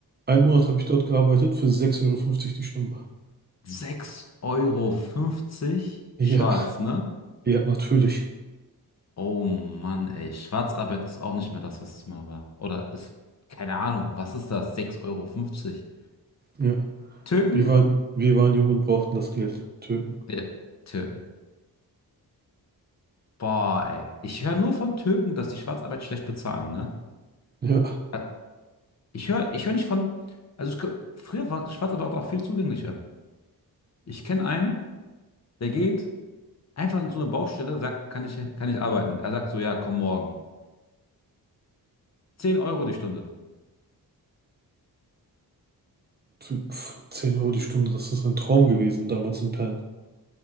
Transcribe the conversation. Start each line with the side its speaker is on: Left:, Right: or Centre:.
Right: Einen Monat habe ich dort gearbeitet für sechs Euro fünfzig die Stunde.
Left: Sechs Euro fünfzig,
Right: Ja,
Left: schwarz, ne?
Right: ja, natürlich.
Left: Oh Mann, ey. Schwarzarbeit ist auch nicht mehr das, was es mal war. Oder ist, keine Ahnung, was ist das? Sechs Euro. fünfzig,
Right: Ja,
Left: Türken?
Right: wir waren, wir waren jung und brauchten das Geld. Türken.
Left: Ja, Türken. Boah, ey. Ich höre nur von Türken, dass die Schwarzarbeit schlecht bezahlen, ne?
Right: Ja,
Left: Äh, Ich höre, ich höre nicht von. Also ich, gl- früher war Schwarzarbeit auch viel zugänglicher. Ich kenne einen, der geht einfach in so eine Baustelle, sagt, kann ich, kann ich arbeiten? Er sagt so, ja, komm morgen. zehn Euro die Stunde.
Right: für, pff, 10 Euro die Stunde, das ist ein Traum gewesen damals in Pan.